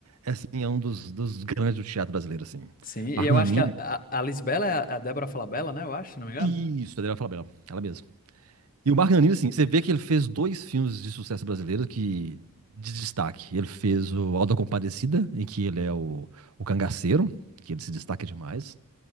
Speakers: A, on the right; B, on the left.
A: é, assim, é um dos, dos grandes do teatro brasileiro, assim.
B: sim. E
A: Marco
B: eu
A: Nanini,
B: acho que a, a, a Lisbela é a, é a Débora Falabella, né? Eu acho, se não me engano.
A: isso, a Adriana Falabella, ela mesma. E o Marco Nanini, assim, você vê que ele fez dois filmes de sucesso brasileiro que de destaque. Ele fez o Auto da Compadecida, em que ele é o, o cangaceiro, que ele se destaca demais.